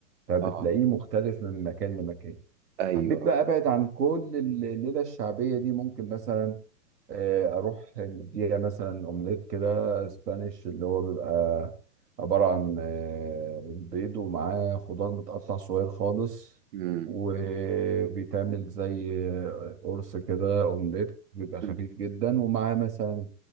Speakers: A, on the right (about 80°); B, on the right (about 50°).
A: فبتلاقيه
B: اه
A: مختلف من مكان لمكان
B: أيوه
A: حبيت بقى ابعد عن كل الليله الشعبيه دي ممكن مثلا آه، اروح نديها مثلا اومليت كده اسبانيش اللي هو بيبقى عباره عن آه، بيض ومعاه خضار متقطع صغير خالص
B: مم.
A: وبيتعمل زي آه، قرص كده اومليت بيبقى
B: مم.
A: خفيف جدا ومعاه مثلا